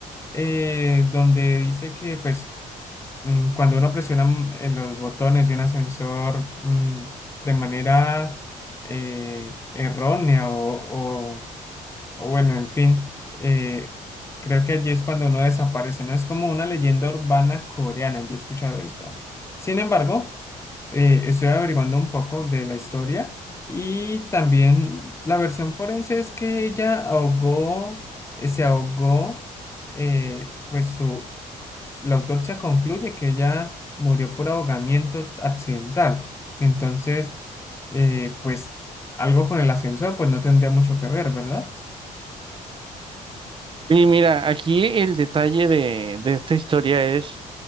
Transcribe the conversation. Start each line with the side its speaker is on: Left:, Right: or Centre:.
Left: eh, donde dice que pues mm, cuando uno presiona mm, eh, los botones de un ascensor mm, de manera eh, errónea o, o Bueno, en fin, eh, creo que allí es cuando uno desaparece, ¿no? Es como una leyenda urbana coreana, yo he escuchado esto. Sin embargo, eh, estoy averiguando un poco de la historia y también la versión forense es que ella ahogó, eh, se ahogó, eh, pues su, la autopsia concluye que ella murió por ahogamiento accidental. Entonces, eh, pues algo con el ascensor, pues no tendría mucho que ver, ¿verdad?
Right: Y mira, aquí el detalle de, de esta historia es